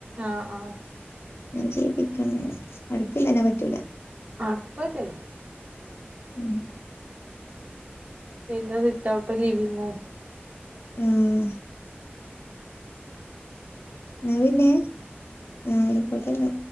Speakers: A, on the right (about 40°); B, on the left (about 80°).
A: ആഹ ആഹ
B: ചെയ്യിപ്പിക്കണെ അടുപ്പില്ലാ ഞാ പറ്റൂല
A: അടുപ്പറ്റല്ലോ
B: ഉം
A: പിന്നെ സിറ്റ്ഔട്ട ലിവിങ്ങും
B: ഉം ന്നാ പിന്നെ ആ ആയിക്കോട്ടന്ന